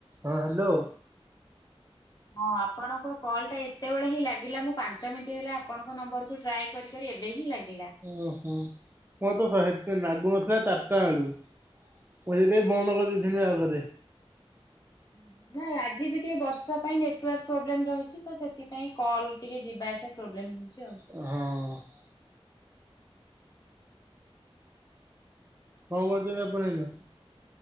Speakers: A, on the right; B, on the left.
A: ହଁ ହ୍ୟାଲୋ।
B: ହ <inaudible> ହଁ ଆପଣଙ୍କ କଲ୍ ଟା ଏତେବେଳେ ହିଁ ଲାଗିଲା ମୁଁ ପାଞ୍ଚ ମିନିଟ୍ ହେଲା ଆପଣଙ୍କ ନମ୍ବର କୁ ଟ୍ରାଏ କରି କରି ଏବେ ହିଁ ଲାଗିଲା।
A: ଓହୋ ମୋରତ ସହେତେ ଲାଗୁନଥିଲା ଚାରିଟା ବେଳୁ ମୁଁ ହେଇଥୀପାଇଁ ବନ୍ଦ କରିଦେଇଥିନି ଆପରେ।
B: ହୁଁ, ଉ। ନାଇଁ, ଆଜି ବି ଟିକେ ବର୍ଷା ପାଇଁ ନେଟୱାର୍କ ପ୍ରୋବ୍ଲେମ୍ ରହିଛି ତ, ସେଥିପାଇଁ କଲ୍ ଟିକେ ଯିବା ଆସିବା ପ୍ରୋବ୍ଲେମ୍ ଉଁଛି ଆଉ।
A: ହଁ। କଣ କରୁଛନ୍ତି ଆପଣ ଏଇନା?